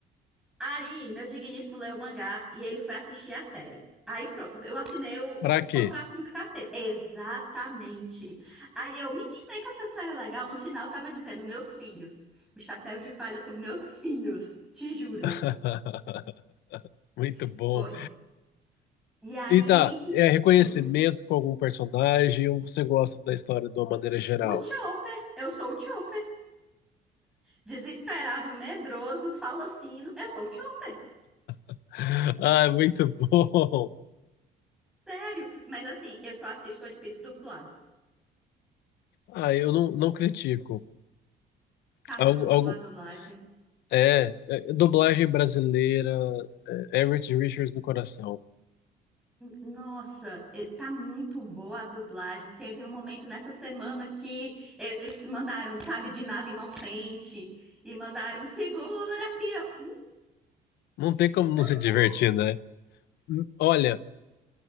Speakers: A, in the centre; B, on the left.
A: Aí, meu digníssimo leu o mangá e ele foi assistir a série. Aí pronto, eu assinei o, o
B: Pra quê?
A: contrato com o capeta. Exatamente. Aí eu, menina, é que essa série é legal. No final eu tava dizendo, meus filhos. Os chapéus de palha são meus filhos. Te juro.
B: <laughs> Muito bom.
A: Foi. E aí,
B: E tá, é reconhecimento
A: hum,
B: com algum personagem ou você gosta da história de uma maneira geral?
A: o Chopper. Eu sou o Chopper. Desesperado, medroso, fala fino. Eu sou o Chopper.
B: <laughs> Ah, muito bom.
A: Sério. Mas assim, eu só assisto One Piece dublado.
B: Ah, eu não, não critico.
A: Tá
B: Algo,
A: muito boa
B: algo,
A: a dublagem.
B: é, é, dublagem brasileira, é, Everett Richards no coração.
A: Nossa, eh, tá muito boa a dublagem. Teve um momento nessa semana que eles mandaram, sabe, de nada inocente e mandaram segura, pia.
B: Não tem como
A: Muito
B: não se divertir,
A: bom.
B: né? Olha,